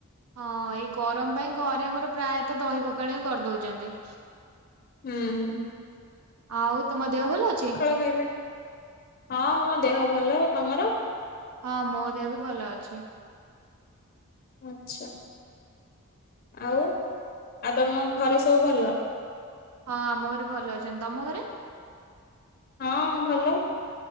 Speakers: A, on the right; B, on the left.
A: ହଁ ଏଇ ଗରମ ପାଇଁ ଘରେ ଆମର ପ୍ରାୟତଃ ଦହି ପଖାଳ ହିଁ କରିଦଉଛନ୍ତି।
B: ହୁଁ
A: ଆଉ ତମ ଦେହ ଭଲ ଅଛି?
B: କଣ କହିଲେ? ହଁ ମୋ ଦେହ ଭଲ ତମର?
A: ହଁ ମୋ ଦେହ ବି ଭଲ ଅଛି।
B: ଆଚ୍ଛା ଆଉ ଆଉ ତମ ଘରେ ସବୁ ଭଲ।
A: ହଁ ଆମ ଘରେ ଭଲ ଅଛନ୍ତି ତମ ଘରେ?
B: ହଁ ଭଲ।